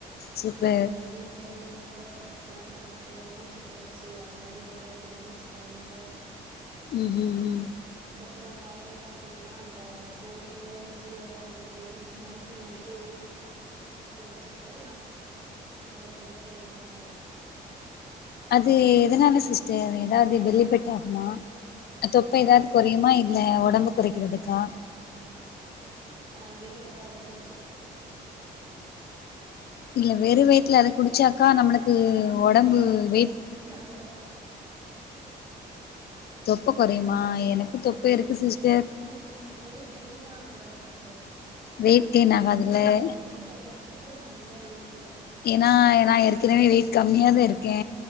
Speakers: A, on the left (about 60°); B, on the right (about 25°).
A: சூப்பர்
B: ம்‌ வீட்லயே உ உடற் பயிற்சி எல்லா பண்ணிட்டு மூச்சு பயிற்சி அது மாரி ஒரு தேட்டி மினிட்ஸ் பண்ணிட்டு
A: ம் ம் ம்
B: அப்பறோ காலைலே பாத்தீங்ன்னா அந்த சோம்பு ஜீர கோ வெந்தையோ இது மூனுத்தியோ நைட்டே ஊற ஊற வச்சிட்டு அ த கொதிக்க வெச்சு <unintelligible>
A: அது எதனால சிஸ்டர் எதாது பெல்லி ஃபேட் ஆகுமா தொப்ப எதாது கொறையுமா இல்ல ஒடம்பு கொறைக்கிறதுக்கா
B: ஆ வே <unintelligible> இல அத குடிச்சிட்டு
A: இல்ல வெறு வயுத்துல அத குடிச்சா க்கா நம்மளுக்கு
B: ட்டு
A: ஒடம்பு வெயிட்
B: அதுக்கப்
A: தொப்ப கொறையுமா எனக்கு தொப்ப இருக்கு சிஸ்டர்
B: வெயிட் கெயின் அ வெயிட் கெயின்லா ஆகாது சிஸ் டர்
A: வெயிட் கெயின்
B: இது
A: ஆகாதுல்ல
B: வந்து நம்பளுக்கு தொப்ப கொறையறதுக்கு நல்ல யூஸ்
A: ஏன்னா ஏன்னா ஏற்க்னமே வெயிட் கம்மியா தா இருக் ஓகே